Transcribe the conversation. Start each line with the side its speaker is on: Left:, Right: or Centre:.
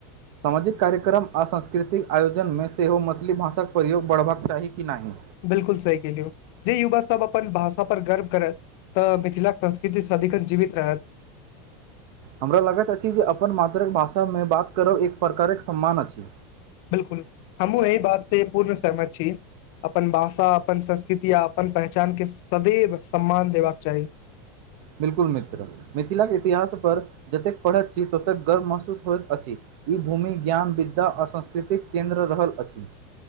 Right: सामाजिक कार्यक्रम आ सांस्कृतिक आयोजन मे सेहो मैथिली भाषाक प्रयोग बढ़बाक चाही कि नहि
Left: बिलकुल सही केलियौ जे युवा सब अपन भाषा पर गर्व करत तऽ मिथिला के संस्कृति सदिखन जीवित रहत
Right: हमरा लगैत अछि जे अपन मातृकभाषा मे बात करब एक प्रकारक सम्मान अछि
Left: बिलकुल हमहुँ एहि बात से पूर्ण सहमत छी अपन भाषा अपन संस्कृति आ अपन पहचान के सदैव सम्मान देबाक चाही
Right: बिलकुल मित्र मिथिलाक के इतिहास पर जतेक पढ़ैत छी ततेक गर्व महसूस होइत अछि ई भूमि ज्ञान विद्या आ संस्कृतिक केन्द्र रहल अछि